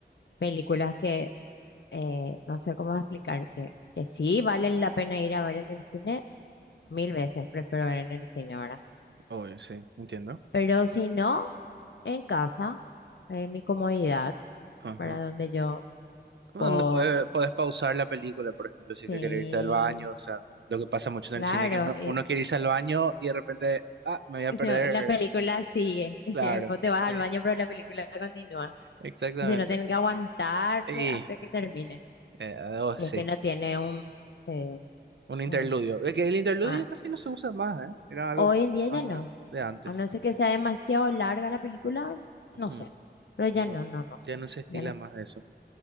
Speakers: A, on the left (about 75°); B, on the right (about 75°).
A: películas que eh, no sé cómo explicar, que, que sí valen la pena ir a ver en el cine, mil veces prefiero ver en el cine, ¿verdad?
B: Obvio, sí, entiendo.
A: Pero si no, en casa, en mi comodidad,
B: Ajá.
A: para donde yo
B: Donde
A: puedo.
B: puede- puedes pausar la película, por ejemplo, si es
A: Sí,
B: que quieres irte al baño, o sea, lo que pasa mucho
A: claro.
B: en el cine que uno,
A: y-
B: uno quiere irse al baño y de repente, ah, me voy a
A: <laughs>
B: perder.
A: no, la película sigue. <laughs>
B: Claro,
A: Vos te vas al
B: sí,
A: baño, pero la película continúa.
B: exactamente.
A: O sea, no tienen que aguantarte
B: Y,
A: hasta que termine.
B: eh, oh,
A: Y
B: sí,
A: es que no tiene un, eh,
B: un interludio.
A: un-
B: Es que el interludio
A: ah,
B: ya casi no se usa más, ¿eh? Era algo
A: hoy en día
B: más
A: ya no.
B: de antes.
A: A no ser que sea demasiado larga la película,
B: Ujú.
A: no sé. Pero ya
B: No,
A: no, no, no.
B: ya no se estila
A: Ya no,
B: más eso.